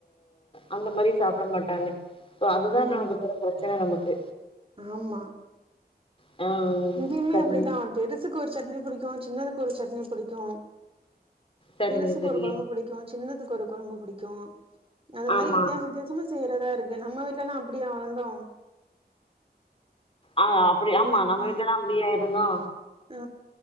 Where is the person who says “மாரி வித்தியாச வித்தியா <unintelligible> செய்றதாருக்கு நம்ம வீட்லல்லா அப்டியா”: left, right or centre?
Right